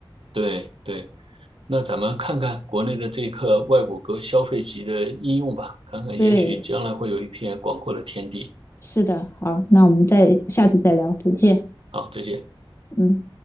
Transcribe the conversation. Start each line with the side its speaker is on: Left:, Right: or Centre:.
Right: 对对。那咱们看看国内的这个外骨骼消费级的应用吧，看看也许将来会有一片广阔的天地。
Left: 对，是的，好，那我们再下次再聊，再见，
Right: 好，再见。
Left: 嗯。